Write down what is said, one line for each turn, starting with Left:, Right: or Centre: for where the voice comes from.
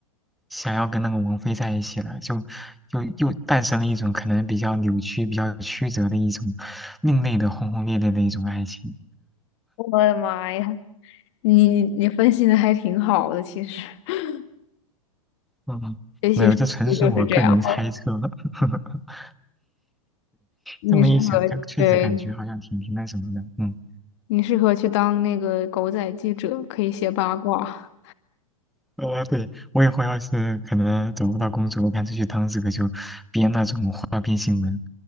Centre: 想要跟那个王菲在一起了，就又又诞生了一种可能比较扭曲、比较曲折的一种另类的轰轰烈烈的一种爱情。
Left: 我的妈呀，你你分析的还挺好的，其实，<laughs>
Centre: 嗯，
Left: 也许是就是这样吧
Centre: 没有，这纯属我个人猜测。<laughs>
Left: 你适合，
Centre: 这么一想，就确实感觉好像挺挺那什么的，
Left: 对，
Centre: 嗯。
Left: 你适合去当那个狗仔记者，可以写八卦，
Centre: 呃，对，我以后要是可能找不到工作，我干脆去当这个，就编那种花边新闻，